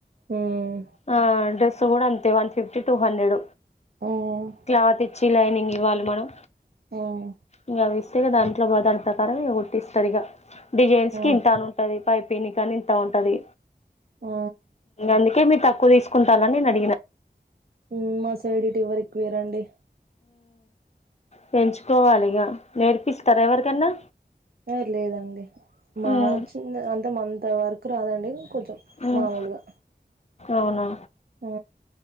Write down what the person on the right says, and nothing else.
ఉమ్
ఉమ్
ఉమ్
ఉమ్
ఆ
ఉమ్ మా సైడ్ ఇటెవ్వరెక్కువీయరండి.
ఏ లేదండి, మా
చిన్న అంత మంత వర్ క్ రాదండి కొంచెం
మామూలుగా
ఆ